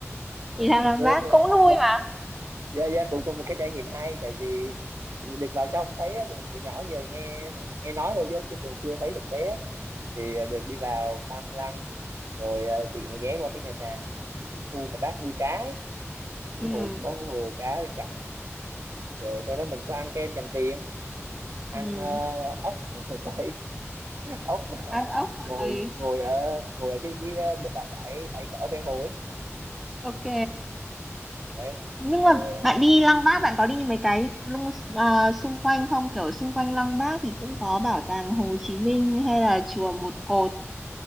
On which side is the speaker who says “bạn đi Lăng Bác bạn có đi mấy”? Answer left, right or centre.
Centre